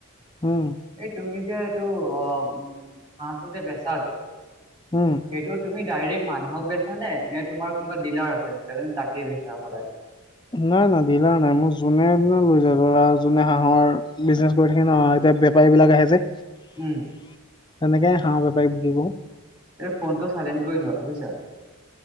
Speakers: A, on the left (about 20°); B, on the right (about 20°).
A: উম
B: এই তুমি যে এইটো অ উম হাঁহটো যে বেচা যে
A: উম
B: সেইটো তুমি ডাইৰেক্ট মানুহক বেছা নে নে তোমাৰ কোনোবা ডিলাৰ আছে ন ত তাকে বেচা সদায়
A: নাই নাই ডিলাৰ নাই মোৰ যোনে তোনে লৈ যায় যোনে হাঁহৰ বিজনেচ কৰি থাকে ন এতিয়া বেপাৰী বিলাক আহে যে
B: উম
A: সেনেকে হাঁহ বেপাৰীক বিকি কও
B: এ ফনটো চাইলেণ্ট কৰি লোৱা বুইছা